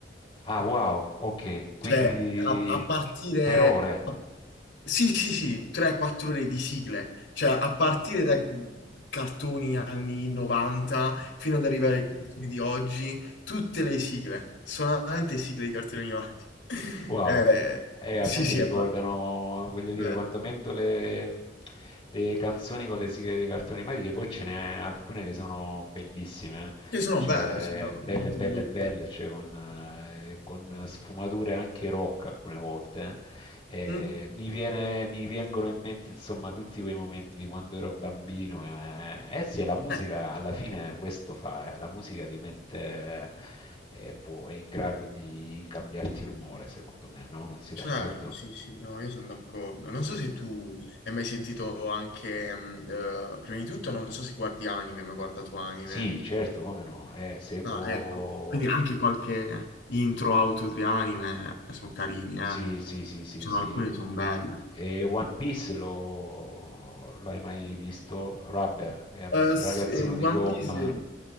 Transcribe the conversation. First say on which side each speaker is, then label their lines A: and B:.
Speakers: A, on the left; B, on the left.
A: Ah, wow, ok, quindi
B: Cioè,
A: di...
B: a, a partire...
A: per ore.
B: a- sì, sì, sì, 3-4 ore di sigle. Cioè, a partire da mm, cartoni anni 90 fino ad arrivare ai cartoni di oggi, tutte le sigle, solamente sigle di cartoni animati. <laughs>
A: Wow,
B: Eh,
A: eh,
B: sì,
A: a me mi
B: sì,
A: ricordano,
B: è pa-
A: voglio
B: bello.
A: dire, quando metto le, le canzoni con le sigle dei cartoni animati, che poi ce n'è alcune che sono bellissime, eh.
B: Che sono
A: C'è
B: belle, sì, no,
A: belle,
B: non lo metto
A: belle,
B: in dubbio.
A: belle, cioè con, eh, con sfumature anche rock alcune volte, eh.
B: Mm,
A: Eh, mi viene- mi vengono in mente insomma tutti quei momenti di quando ero bambino. Eh, Eh sì, la musica
B: eh,
A: alla fine questo fa, eh. La musica ti mette, eh, può- è in grado di cambiarti l'umore, secondo me, no? Non sei
B: Certo,
A: d'accordo?
B: sì, sì, no, io sono d'accordo. Non so se tu hai mai sentito anche, mh, eh, prima di tutto, non so se guardi anime, ma hai guardato anime.
A: Sì, certo, come no? Eh, seguo...
B: Ah, ecco, quindi anche qualche intro auto di anime sono carini, eh.
A: Sì, sì, sì, sì,
B: Ci
A: sì.
B: sono alcune che sono belle.
A: E One Piece lo... lo hai mai visto? Rubber, è un
B: Eh,
A: ragazzino
B: s- eh, One
A: di gomma.
B: Piece